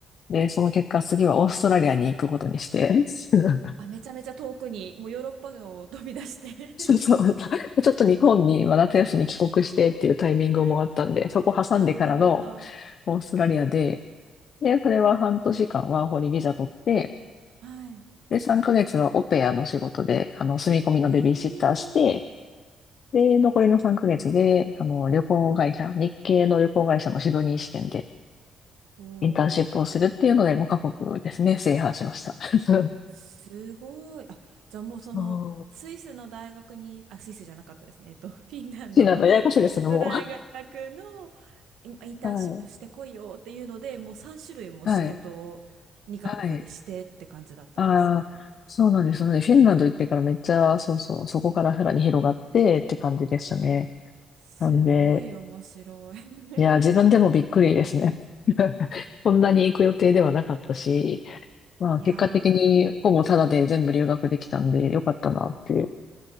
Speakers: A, on the left; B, on the right.
A: で、その結果、次はオーストラリアに行くことにして、<laughs>
B: あ、めちゃめちゃ遠くに、もうヨーロッパを飛び出して
A: そうそう。
B: <laughs>
A: ちょっと日本に、まあ夏休み帰国してっていうタイミングもあったんで、
B: うんうん
A: そこ挟んでからの
B: <laughs> あー、なるほど。
A: オーストラリアで、で、それは半年間ワーホリビザ取って、
B: はい。
A: で、3ヶ月はオペアの仕事で、あの、住み込みのベビーシッターして、
B: うーん
A: で、残りの3ヶ月で、あの、旅行会社、日系の旅行会社のシドニー支店で
B: お
A: インターンシップをするっていうので、
B: お、
A: 5カ国ですね、制覇しました。<laughs>
B: すごい。あ、じゃあもうその、
A: そう。
B: スイスの大学に、あ、スイスじゃなかったですね。えっと、<laughs> フィンランド
A: シーランド、
B: <laughs>
A: ややこしいですけども
B: の大学のイインターンシップしてこいよっていうので、
A: う。はい。
B: もう3種類も仕事を2カ国でしてって感じだったんですね。
A: はい。はい。ああ、そうなんですね。フィンランド行ってからめっちゃ、そうそう、そこからさらに広がってって感じでしたね。
B: すごい面白い。
A: なんで、
B: <laughs>
A: いや、自分でもびっくりですね。<laughs> こんなに行く予定ではなかったし、まあ、
B: いやー、
A: 結果的にほぼタダで全部留学できたんでよかったなって